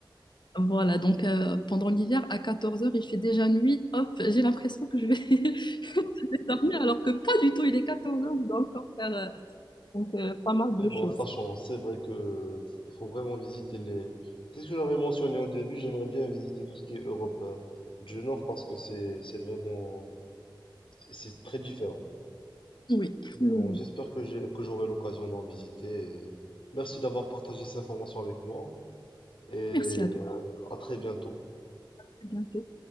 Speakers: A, on the left (about 65°); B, on the left (about 85°).
A: Voilà, donc euh, pendant l'hiver, à 14 heures, il fait déjà nuit. Hop, j'ai l'impression que je vais, <laughs> je vais dormir alors que pas du tout, il est 14 heures, on doit encore faire euh, donc, euh, pas mal
B: Mais
A: de
B: bon,
A: choses.
B: sachant, c'est vrai que faut faut vraiment visiter les. C'est ce que j'avais mentionné au début, j'aimerais bien visiter tout ce qui est Europe euh, du Nord parce que c'est c'est vraiment c'est c'est très différent.
A: Oui, Oui,
B: Mais
A: oui.
B: bon,
A: oui.
B: j'espère que j'ai que j'aurai l'occasion d'en visiter. et Merci d'avoir partagé ces informations avec moi et euh,
A: Merci à toi,
B: à très bientôt.
A: à bientôt.